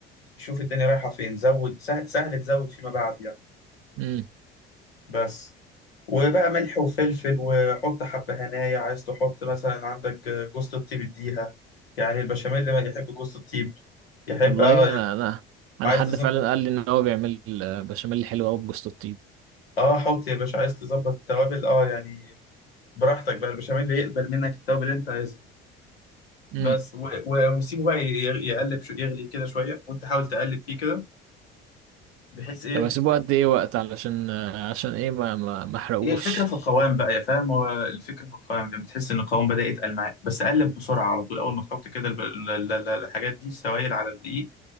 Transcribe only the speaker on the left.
شوف الدنيا رايحه فين زود سهل, سهل تزود فيما بعد يعني
بس وبقى ملح وفلفل وحط حبة هنايا عايز تحط مثلا عندك جوز الطيب اديها يعني البشاميل ما يحب جوز الطيب يحب
اه
عايز
تظبط
اه حط يا باشا عايز تظبط التوابل اه يعني براحتك بقى البشاميل يقبل منك التوابل اللي انت عايزها بس
و... و... وسيبه بقى ي- يقلب شو... يغلي كده شوية وانت حاول تقلب فيه كده بحيث ايه
بحيث-
هي الفكره في القوام بقى يا فاهم هو الفكره في القوام لما تحس ان القوام بدا يتقل معاك بس قلب بسرعه على طول اول ما تحط كده الب- ال- ال- ال- الحاجات دي سوائل على الدقيق